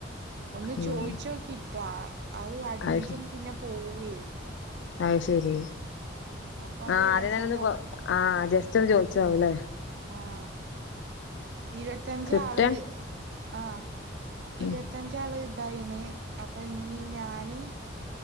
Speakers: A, on the right; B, on the left.
A: ഒന്ന്
B: ഉം
A: ചോയ്ച്ചോക്കിറ്റ് ട്ടാണ് അത് അഡ്മിഷം
B: അത്
A: പിന്നെ പോഉഏയ്
B: അത് ശരി
A: അപ്പൊ അത്
B: ആഹ്
A: വിചാരിച്ചാണ്ട്
B: അതേ ഞാനൊന്ന് പ
A: അപ്-
B: ആഹ് ജസ്റ്റ് ഒന്ന് ചോയ്ച്ചാവ് ലേ
A: ആഹ് ഇരുവത്തഞ്ചാള്
B: കിട്ടാൻ
A: ആഹ് ഇരുവത് ഇരുവത്തഞ്ചാള്
B: ഉം
A: ഇതായീണ് അപ്പ ഞി ഞാന്